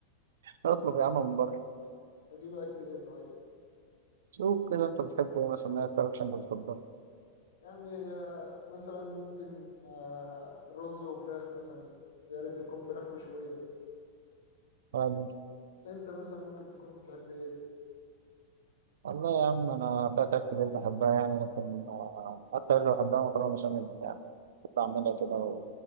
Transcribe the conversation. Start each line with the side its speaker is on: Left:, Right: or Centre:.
Right: اطلب يا عم من بره
Left: اجيب اكل ايه طيب؟
Right: شوف كده انت بتحب ايه مثلا ايه اكتر اكشن بتفضلها
Left: يعني آه مثلا ممكن آه رز وفراخ مثلا ويا ريت تكون فراخ مشوية
Right: طب،
Left: انت مثلا ممكن تكون بتحب ايه؟
Right: والله يا عم انا في اكلات كتير بحبها يعني لكن آه، اكتر اللي بحبها مكرونه بشاميل يعني كنت بعملها كده